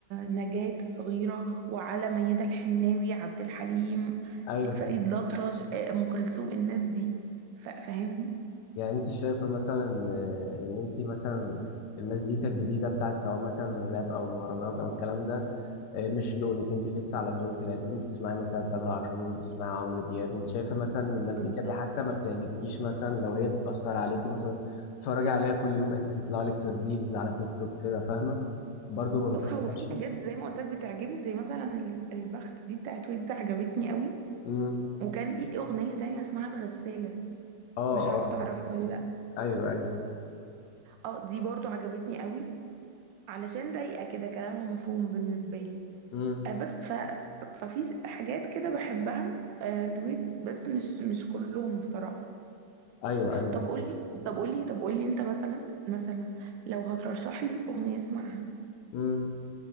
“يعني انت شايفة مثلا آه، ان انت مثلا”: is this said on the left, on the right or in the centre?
Left